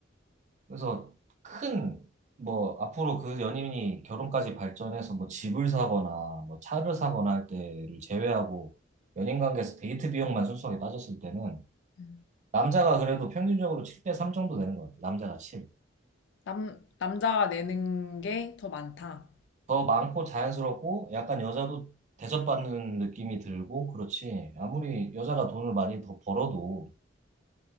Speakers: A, on the right; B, on the left.
A: 그래서 큰, 뭐, 앞으로 그 연인이 결혼까지 발전해서 뭐 집을 사거나 뭐 차를 사거나 할 때를 제외하고 연인 관계에서 데이트 비용만 순수하게 따졌을 때는
B: 응.
A: 남자가 그래도 평균적으로 7대 3 정도 되는 것 같아요. 남자가 7.
B: 남, 남자가 내는 게 더 많다.
A: 더 많고 자연스럽고 약간 여자도 대접받는 느낌이 들고 그렇지. 아무리 여자가 돈을 많이 더 벌어도